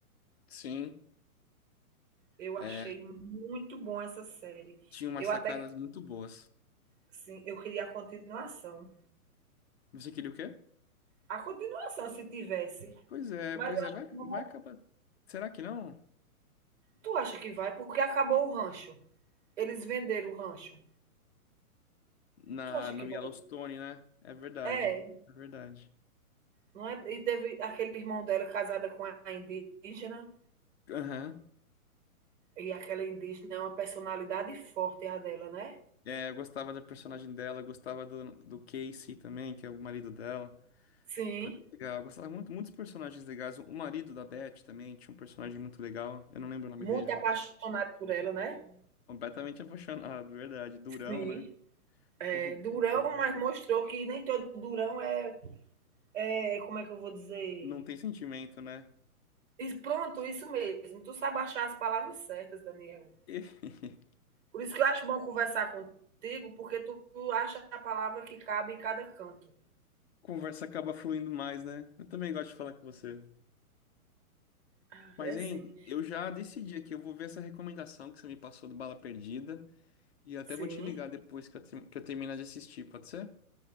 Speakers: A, on the left; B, on the right.
A: Sim,
B: Eu
A: é,
B: achei muito bom essa série.
A: tinha umas
B: Eu
A: sacadas
B: até,
A: muito boas.
B: sim, eu queria a continuação.
A: Você queria o quê?
B: A continuação, se tivesse.
A: Pois é,
B: Mas
A: pois
B: eu
A: é,
B: acho
A: vai,
B: que não
A: vai
B: vai.
A: acabar. Será que não?
B: Tu acha que vai? Porque acabou o rancho. Eles venderam o rancho.
A: Na,
B: Tu acha
A: no
B: que vai?
A: Yellowstone, né? É verdade,
B: É,
A: é verdade.
B: não é? E teve aquele irmão dela casada com a indígena.
A: Aham.
B: E aquela indígena é uma personalidade forte, a dela, né?
A: É, eu gostava da personagem dela, gostava do, do Casey também, que é o marido dela.
B: Sim.
A: Era bem legal. Eu gostava muito, muitos personagens legais. O marido da Beth também tinha um personagem muito legal. Eu não lembro o nome dele
B: Muito
A: agora.
B: apaixonado por ela, né?
A: Completamente apaixonado, verdade. Durão,
B: Sim.
A: né? Povo
B: É durão,
A: bruto lá.
B: mas mostrou que nem todo durão é, é como é que eu vou dizer?
A: Não tem sentimento, né?
B: E pronto, isso mesmo. Tu sabe achar as palavras certas, Daniel.
A: E <laughs>
B: Por isso que eu acho bom conversar contigo, porque tu, tu acha a palavra que cabe em cada canto.
A: conversa acaba fluindo mais, né? Eu também gosto de falar com você.
B: Ah,
A: Mas,
B: É assim.
A: hein, eu já decidi aqui. Eu vou ver essa recomendação que você me passou do Bala Perdida. E eu até
B: Sim,
A: vou te ligar depois que eu, te- que eu terminar de assistir, pode ser?